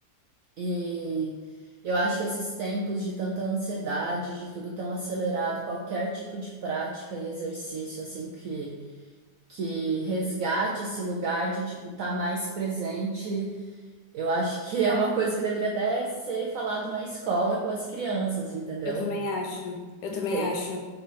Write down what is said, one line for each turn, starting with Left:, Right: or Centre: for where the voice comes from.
Right: E eu acho que esses tempos de tanta ansiedade, de tudo tão acelerado, qualquer tipo de prática e exercício, assim, que, que resgate esse lugar de, tipo, estar tá mais presente, eu acho que é uma coisa que deveria até ser falado na escola com as crianças, entendeu?
Left: Eu também acho. Eu também
Right: Tem,
Left: acho.